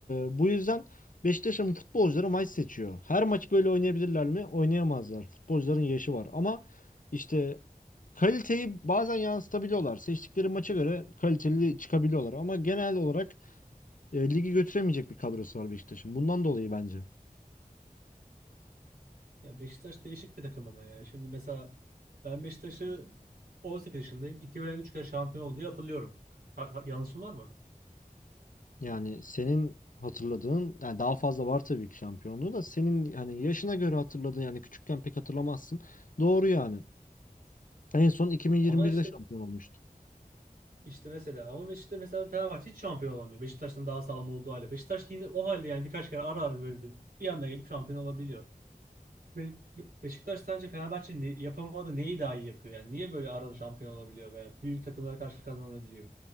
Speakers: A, on the left; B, on the right.
A: bu yüzden... Beşiktaş'ın futbolcuları maç seçiyor. Her maç böyle oynayabilirler mi? Oynayamazlar. Futbolcuların yaşı var. Ama işte kaliteyi bazen yansıtabiliyorlar. Seçtikleri maça göre kaliteli çıkabiliyorlar. Ama genel olarak e, ligi götüremeyecek bir kadrosu var Beşiktaş'ın. Bundan dolayı bence.
B: Ya Beşiktaş değişik bir takım ama ya. Şimdi mesela ben Beşiktaş'ı 18 yaşındayım. iki veya 3 kere şampiyon oldu diye hatırlıyorum. Ha- ha- yanlışım var mı?
A: Yani senin hatırladığın, yani daha fazla var tabii ki şampiyonluğu da senin hani yaşına göre hatırladığın yani küçükken pek hatırlamazsın. Doğru yani. En son 2021'de
B: Ama işte
A: şampiyon olmuştu.
B: işte mesela ama işte mesela Fenerbahçe hiç şampiyon olamıyor. Beşiktaş'tan daha sağlam olduğu halde. Beşiktaş yine o halde yani birkaç kere ara ara böyle bir anda gelip şampiyon olabiliyor. Be Be- Beşiktaş sence Fenerbahçe ne yapamadı neyi daha iyi yapıyor? Yani niye böyle ara ara şampiyon olabiliyor veya büyük takımlara karşı kazanabiliyor?